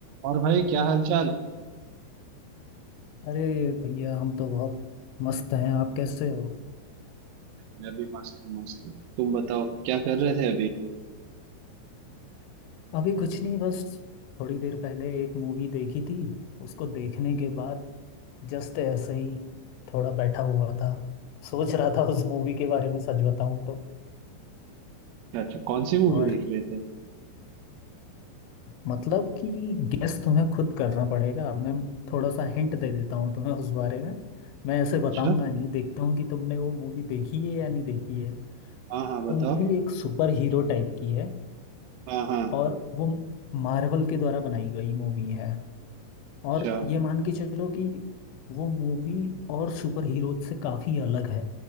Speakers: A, on the right; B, on the left.
A: और भाई क्या हालचाल
B: अरे भैया हम तो बहुत मस्त हैं आप कैसे हो
A: भाई, मैं भी मस्त हूँ मस्त हूँ तुम बताओ क्या कर रहे थे अभी
B: अभी कुछ नहीं बस थोड़ी देर पहले एक मूवी देखी थी उसको देखने के बाद जस्ट ऐसे ही थोड़ा बैठा हुआ था सोच रहा था उस मूवी के बारे में सच बताऊं तो
A: अच्छा अच्छा कौन सी मूवी
B: और
A: देख रहे थे
B: मतलब कि गेस तुम्हें खुद करना पड़ेगा मैं थोड़ा सा हिंट दे देता हूँ तुम्हें उस बारे में मैं ऐसे बताऊंगा
A: अच्छा
B: नहीं देखता हूँ कि तुमने वो मूवी देखी है या नहीं देखी है
A: हाँ हाँ बताओ
B: वो मूवी एक सुपर हीरो टाइप की है
A: हाँ हाँ
B: और वो मार्वल के द्वारा बनाई गई मूवी है और
A: अच्छा
B: ये मान के चलो कि वो मूवी और सुपर हीरो से काफ़ी अलग है